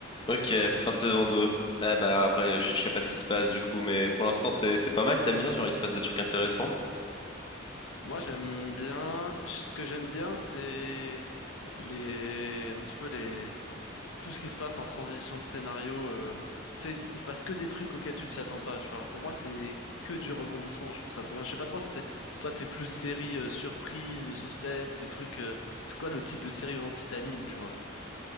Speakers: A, on the left; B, on the left.
A: Ok, fin saison deux Eh bah après, je je sais pas ce qui se passe du coup, mais pour l'instant c'est c'est pas mal, t'aimes bien, genre il se passe des trucs intéressants.
B: Moi, j'aime bien. Ce que j'aime bien, c'est les un petit peu les tout ce qui se passe en transition de scénario. euh, Tu sais, il se passe que des trucs auxquels tu t'y attends pas. Tu vois. Pour moi, c'est que du rebondissement. Je trouve ça trop bien. Je sais pas trop si t'es... toi, t'es plus série euh, surprise, euh, suspense, des trucs. euh, C'est quoi le type de série vraiment qui t'anime, tu vois?